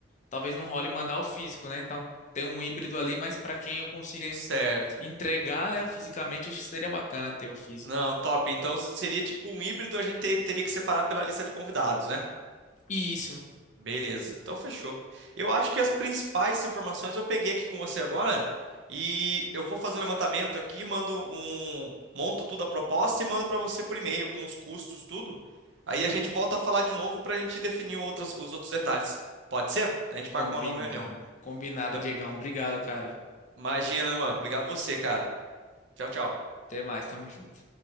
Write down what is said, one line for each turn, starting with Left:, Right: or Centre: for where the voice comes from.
Left: talvez não role mandar o físico, né? Então ter um híbrido ali, mas para quem eu consiga
Right: Certo.
Left: entregar, né, fisicamente, acho que seria bacana ter o físico.
Right: Não, top. Então seria tipo um híbrido, a gente te- teria que separar pela lista de convidados, né?
Left: E isso.
Right: Beleza. Então fechou. Eu acho que as principais informações eu peguei aqui com você agora e eu vou fazer um levantamento aqui, mando um, monto tudo a proposta e mando para você por e-mail com os custos, tudo. Aí a gente volta a falar de novo para a gente definir outras, os outros detalhes. Pode ser? A gente
Left: Combinado.
Right: marca uma nova reunião.
Left: Combinado,
Right: Então,
Left: Diegão. Obrigado, cara.
Right: imagina, né, mano? Obrigado você, cara. Tchau, tchau.
Left: Até mais, tamo junto.